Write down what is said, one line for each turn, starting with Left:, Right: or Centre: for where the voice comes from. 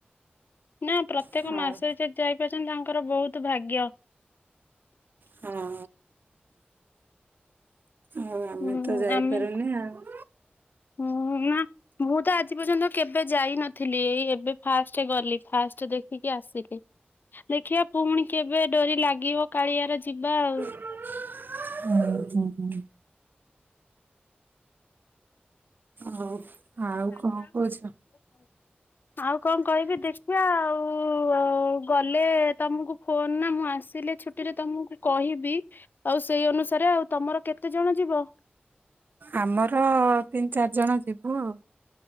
Left: ନା ପ୍ରତ୍ୟେକ
Right: ଆଉ
Left: ମାସରେ ଯ ଯାଇପାରୁଛନ୍ତି ତାଙ୍କର ବହୁତ ଭାଗ୍ୟ।
Right: ହଁ ଆଉ ଆମେ
Left: ହୁଁ
Right: ତ ଯାଇପାରୁନି
Left: ଆମେ
Right: ଆଉ।
Left: ହୁଁ ନା ମୁଁ ତ ଆଜି ପର୍ଯ୍ୟନ୍ତ କେବେ ଯାଇ ନଥିଲି ଏଇ ଏବେ ଫାଷ୍ଟ ଗଲି ଫାଷ୍ଟ ଦେଖିକି ଆସିଲି ଦେଖିବା ପୁଣି କେବେ ଡୋରି ଲାଗିବ କାଳିଆର ଯିବା ଆଉ।
Right: ହୁଁ ହୁଁ ହୁଁ। ହଉ। ଆଉ
Left: <inaudible>
Right: କଣ କହୁଛ?
Left: ଆଉ କଣ କହିବି ଦେଖିବା ଆଉ ଗଲେ ତମକୁ ଫୋନ ନା ମୁଁ ଆସ ଥିଲେ ଛୁଟିରେ ତମକୁ କହିବି ଆଉ ସେଇ ଅନୁସାରେ ଆଉ ତମର କେତେ ଜଣ ଯିବ?
Right: ଆମର ତିନି ଚାରି ଜଣ ଯିବୁ ଆଉ।